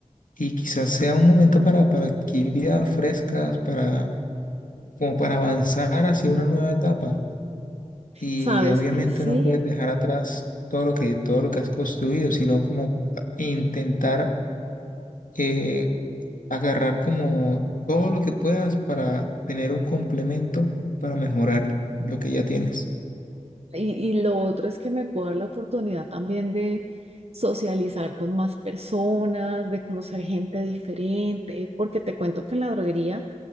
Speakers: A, on the left; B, on the right.
A: y quizás sea un momento para, para adquirir ideas frescas, para, como para avanzar hacia una nueva etapa. Y
B: Sabes
A: obviamente
B: que sí.
A: no puedes dejar atrás todo lo que, todo lo que has construido, sino como intentar eh, agarrar como todo lo que puedas para tener un complemento para mejorar lo que ya tienes.
B: Y, y lo otro es que me puedo dar la oportunidad también de socializar con más personas, de conocer gente diferente, porque te cuento que en la droguería,